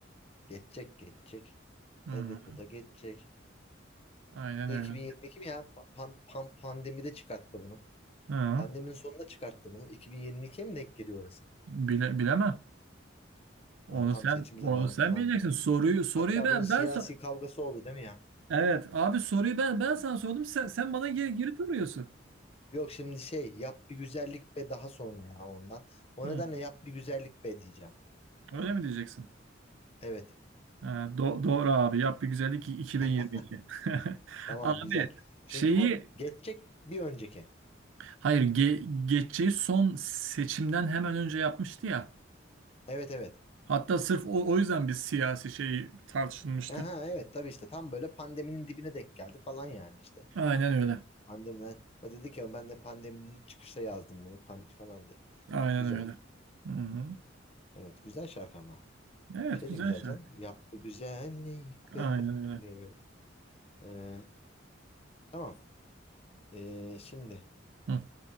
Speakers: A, on the left; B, on the right.
A: Geçecek geçecek.
B: Hı,
A: Elbet bu da geçecek.
B: aynen
A: Bu
B: öyle.
A: 2022 mi ya? Pa- Pan, pan, pandemide çıkarttı bunu.
B: Hı,
A: Pandeminin sonunda çıkarttı bunu. 2022'ye mi denk geliyor orası?
B: bile, bilemem. Onu
A: Ulan tam
B: sen
A: seçim zamanı
B: onu sen
A: falan
B: bileceksin.
A: da.
B: Soruyu soruyu
A: Hatta
B: ben
A: bunun siyasi
B: ben sor.
A: kavgası oldu değil mi ya?
B: Evet abi soruyu ben ben sana sordum. Sen sen bana geri, geri soruyorsun.
A: Yok şimdi şey yap bir güzellik be daha sonra ya ondan. O
B: Hı,
A: nedenle yap bir güzellik be diyeceğim.
B: öyle mi diyeceksin?
A: Evet.
B: Ee, do- doğru abi. Yap bir güzellik 2022.
A: <laughs>
B: <laughs>
A: Tamam
B: Abi
A: güzel.
B: şeyi
A: Çünkü bu geçecek bir önceki.
B: hayır ge- geçeceği son seçimden hemen önce yapmıştı ya.
A: Evet evet.
B: Hatta sırf o, o yüzden bir siyasi şey tartışılmıştı.
A: Aha, evet tabii işte tam böyle pandeminin dibine denk geldi falan yani işte.
B: Aynen öyle.
A: Pandemiden o dedi ki ben de pandeminin çıkışta yazdım bunu pan falan diye.
B: Aynen
A: Güzel.
B: öyle. Hı-hı.
A: Evet güzel şarkı ama.
B: Evet
A: Şey
B: güzel
A: de güzel
B: şarkı.
A: canım. Yap bir güzellik be
B: Aynen öyle.
A: diye böyle. Ee, tamam. Ee, şimdi
B: Hı.